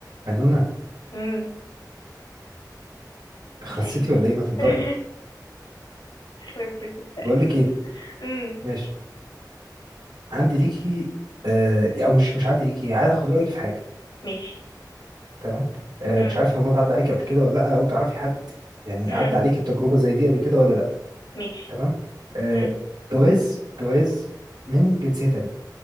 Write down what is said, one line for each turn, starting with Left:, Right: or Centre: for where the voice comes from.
Right: منونة
Left: امم
Right: تخرب
Left: اي
Right: سيتي ولا ايه ما تنطقي
Left: <laughs> خرب بيت التقليد
Right: بقول لك ايه
Left: امم
Right: ماشي عندي ليكي آه او مش مش عندي ليكي عايز اخد رايك في حاجه
Left: ماشي
Right: تمام آه
Left: امم
Right: مش عارف الموضوع ده عدى عليكي قبل كده ولا لا او تعرفي حد يعني
Left: امم
Right: عدى عليكي بتجربه زي دي قبل كده ولا لا
Left: ماشي
Right: تمام آه
Left: امم
Right: جواز جواز من جنسيه تانية